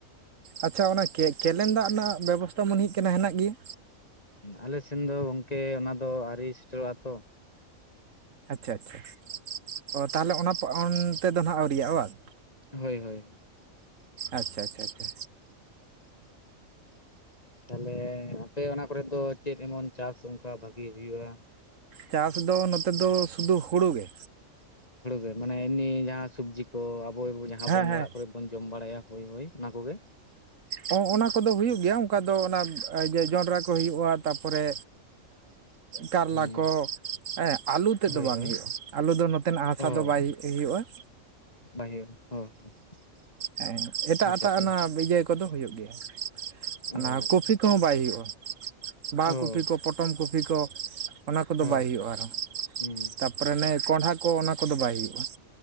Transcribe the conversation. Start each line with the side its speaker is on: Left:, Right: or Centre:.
Right: ᱟᱪᱪᱷᱟ ᱚᱱᱟ ᱠᱮᱱᱮᱱ ᱫᱟᱜ ᱵᱮᱵᱚᱥᱛᱷᱟ ᱢᱚᱱᱮ ᱦᱩᱭᱩᱜ ᱠᱟᱱᱟ ᱦᱮᱱᱟᱜ ᱜᱮᱭᱟ
Left: ᱟᱞᱮ ᱥᱮᱱ ᱫᱚ ᱜᱚᱝᱠᱮ ᱚᱱᱟ ᱫᱚ ᱟᱹᱣᱨᱤ ᱥᱮᱴᱮᱨᱚᱜᱼᱟ ᱛᱚ᱾
Right: ᱟᱪᱪᱷᱟ ᱟᱪᱪᱷᱟ ᱚ ᱛᱟᱦᱚᱞᱮ ᱚᱱᱟ ᱛᱮᱫᱚ ᱱᱟᱜ ᱟᱹᱣᱨᱤᱭᱟᱜ ᱵᱟᱝ᱾
Left: ᱦᱳᱭ ᱦᱳᱭ ᱦᱳᱭ
Right: ᱟᱪᱪᱷᱟ ᱟᱪᱪᱷᱟ ᱟᱪᱪᱷᱟ
Left: ᱛᱟᱦᱞᱮ ᱟᱯᱮ ᱚᱱᱟ ᱟᱯᱮ ᱠᱚᱨᱮ ᱫᱚ ᱪᱮᱫ ᱮᱢᱚᱱ ᱪᱟᱥ ᱚᱱᱠᱟ ᱵᱷᱟᱜᱤ ᱦᱩᱭᱩᱜᱼᱟ᱾
Right: ᱪᱟᱥ ᱫᱚ ᱱᱚᱛᱮ ᱫᱚ ᱥᱩᱫᱩ ᱦᱩᱲᱩ ᱜᱮ᱾
Left: ᱦᱩᱲᱩᱜᱮ ᱢᱟᱱᱮ ᱮᱢᱱᱤ ᱡᱟᱦᱟᱸ ᱥᱚᱵᱡᱤ ᱠᱚ ᱟᱵᱚ ᱟᱵᱚ ᱡᱟᱸᱦᱟ
Right: ᱦᱮᱸ
Left: ᱵᱚᱱ
Right: ᱦᱮᱸ
Left: ᱚᱲᱟᱜ ᱠᱚᱨᱮ ᱵᱚᱱ ᱡᱚᱢ ᱵᱟᱲᱟᱭᱟ ᱦᱳᱭ ᱦᱳᱭ ᱚᱱᱟ ᱠᱚᱜᱮ᱾
Right: ᱦᱮᱸ ᱚᱱᱟ ᱠᱚᱫᱚ ᱦᱩᱭᱩᱜ ᱜᱮᱭᱟ ᱚᱱᱠᱟ ᱫᱚ, ᱚᱱᱟ ᱤᱭᱟᱹ ᱡᱚᱸᱰᱨᱟ ᱠᱚ ᱦᱩᱭᱩᱜᱼᱟ ᱾ ᱛᱟ ᱮ ᱯᱚᱨᱮ ᱠᱟᱨᱞᱟ
Left: ᱦᱩᱸ
Right: ᱠᱚ‌ ᱾ ᱦᱮᱸ ᱟᱹᱞᱩ ᱛᱮᱫ
Left: ᱦᱳᱭ
Right: ᱫᱚ ᱵᱟᱝ
Left: ᱦᱳᱭ
Right: ᱦᱩᱭᱩᱜᱼᱟ ᱟᱹᱞᱩ ᱫᱚ ᱱᱚᱛᱮᱱᱟᱜ ᱦᱟᱥᱟ
Left: ᱚ
Right: ᱫᱚ ᱵᱟᱭ ᱦᱩᱭᱩᱜᱼᱟ ᱾
Left: <unintelligible>
Right: ᱦᱮᱸ ᱮᱴᱟᱜ
Left: ᱟᱪᱪᱷᱟ
Right: ᱮᱴᱟᱜ
Left: ᱟᱪᱪᱷᱟ
Right: ᱚᱱᱟ ᱤᱭᱟᱹ ᱠᱚᱫᱚ ᱦᱩᱭᱩᱜ ᱜᱮᱭᱟ
Left: ᱚ
Right: ᱚᱱᱟ
Left: ᱟᱪᱪᱷᱟ
Right: ᱠᱚᱯᱷᱤ᱾ ᱠᱚᱸᱦᱚ ᱵᱟᱭ ᱦᱩᱭᱩᱜᱼᱟ ᱵᱟᱦᱟ
Left: ᱚ
Right: ᱠᱚᱯᱤ ᱠᱚ ᱯᱚᱴᱚᱢ ᱠᱚᱯᱤ ᱠᱚ᱾ ᱚᱱᱟ ᱠᱚᱫᱚ
Left: ᱚ
Right: ᱵᱟᱭ ᱦᱩᱭᱩᱜᱼᱟ, ‌ᱟᱨᱦᱚᱸ
Left: ᱦᱩᱸ
Right: ᱛᱟᱯ᱾ ᱛᱟᱨᱯᱚᱨᱮ ᱚᱱᱮ ᱠᱚᱸᱰᱷᱟ ᱠᱚ ᱚᱱᱟ ᱠᱚᱫᱚ ᱵᱟᱭ ᱦᱩᱭᱩᱜᱼᱟ ᱾